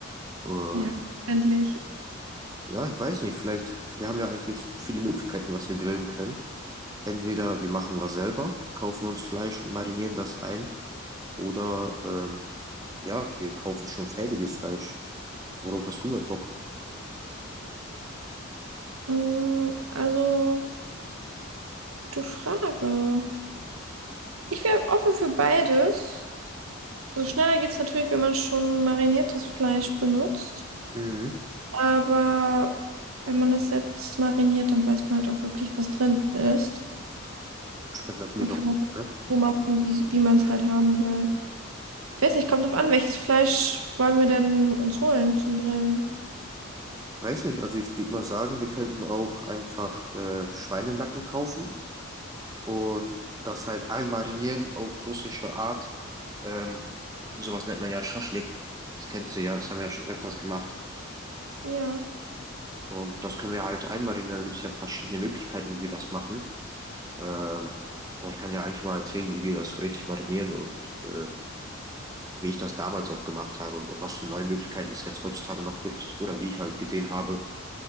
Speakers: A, on the right; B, on the right.
A: Äh,
B: Ja, endlich.
A: ja, ich weiß nicht, vielleicht, wir haben ja eigentlich viele Möglichkeiten, was wir grillen können. Entweder wir machen was selber, kaufen uns Fleisch und marinieren das ein, oder ähm, ja, wir kaufen schon fertiges Fleisch. Worauf hast du mehr Bock?
B: Mm, Also, gute Frage. Ich wäre offen für beides. Also schneller geht es natürlich, wenn man schon mariniertes Fleisch benutzt.
A: Mhm.
B: Aber wenn man das selbst mariniert, dann weiß man halt auch wirklich, was drin ist.
A: Schmeckt natürlich
B: Dann kann
A: auch
B: man
A: gut,
B: das
A: ne?
B: so machen, wie, wie man es halt haben will. Ich weiß nicht, kommt drauf an, welches Fleisch wollen wir denn uns holen zum Grillen?
A: Ich weiß nicht, also ich würde mal sagen, wir könnten auch einfach äh, Schweinenacken kaufen und das halt einmarinieren auf russische Art. Ähm, sowas nennt man ja Schaschlik. Das kennst du ja, das haben wir ja schon öfters gemacht.
B: Ja.
A: Und das können wir halt einmarinieren. Da gibt es ja verschiedene Möglichkeiten, wie wir das machen. Ähm, aber ich kann ja eigentlich mal erzählen, wie wir das so richtig marinieren und äh, wie ich das damals auch gemacht habe und was für neue Möglichkeiten es jetzt heutzutage noch gibt oder die ich halt gesehen habe.